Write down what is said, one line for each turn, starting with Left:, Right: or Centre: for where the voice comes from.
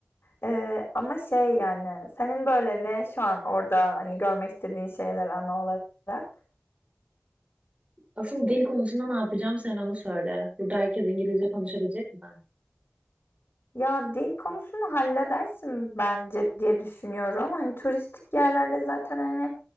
Left: Ee, ama şey yani senin böyle ne şu an orada hani görmek istediğin şeyler ana olarak?
Right: Asıl dil konusunda ne yapacağım sen onu söyle. Burada herkes İngilizce konuşabilecek mi ben?
Left: Ya dil konusunu halledersin bence diye düşünüyorum. Hani turistik yerlerde zaten hani